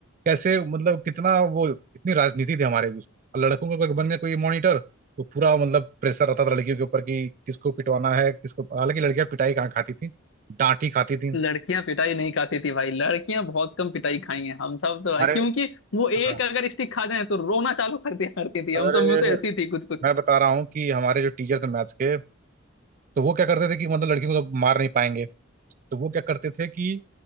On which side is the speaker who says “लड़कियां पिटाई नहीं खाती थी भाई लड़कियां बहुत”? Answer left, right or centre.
Left